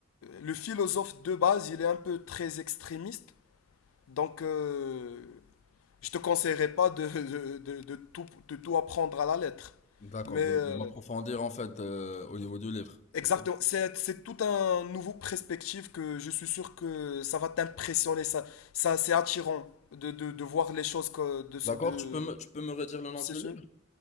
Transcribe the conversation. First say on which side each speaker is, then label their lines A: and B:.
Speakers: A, on the left; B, on the left.
A: le philosophe de base, il est un peu très extrémiste. Donc, euh, je te conseillerais pas de, de- de- de tout, de tout apprendre à la lettre.
B: D'accord,
A: Mais
B: de,
A: euh,
B: de m'approfondir en fait euh, au niveau du livre, c'est
A: exactement,
B: ça?
A: c'est, c'est tout un nouveau perspective que je suis sûr que ça va t'impressionner. Ça, ça, c'est attirant de, de- de voir les choses que, de, ce-
B: D'accord,
A: de,
B: tu peux me, tu peux me redire le nom
A: ces
B: du livre,